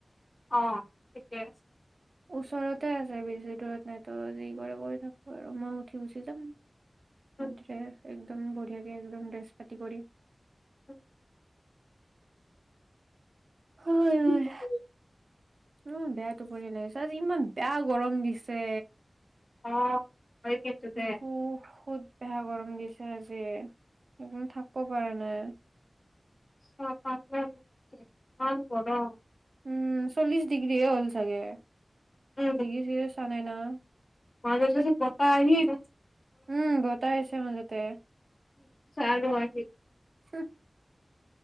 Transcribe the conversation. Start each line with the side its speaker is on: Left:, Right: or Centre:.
Left: অ', ঠিকে।
Right: ওচৰতে আছে বেছি দূৰত নাই তো যি কৰে কৰি থাকপ আৰু মই উঠি গুচি যাম। <unintelligible>
Left: হুম,
Right: একদম বঢ়িয়াকে একদম ড্ৰেছ পাতি কৰি
Left: <unintelligible>
Right: হয়
Left: ঠিক
Right: হয়।
Left: আছে।
Right: উ বেয়া টোপনি লাগিছে আজি ইমান বেয়া গৰম দিছে।
Left: অ' হয় কিন্তু দে।
Right: বহুত বেয়া গৰম দিছে আজি। <unintelligible> থাকপ পাৰা নাই।
Left: <unintelligible> ইমান গৰম।
Right: উম, চল্লিচ ডিগ্ৰীয়ে হ'ল চাগে।
Left: উম
Right: দি <unintelligible> <unintelligible> না।
Left: <unintelligible> বতাহ আহি <unintelligible>
Right: উম, বতাহ আহিছে মাজতে।
Left: <unintelligible>
Right: <unintelligible>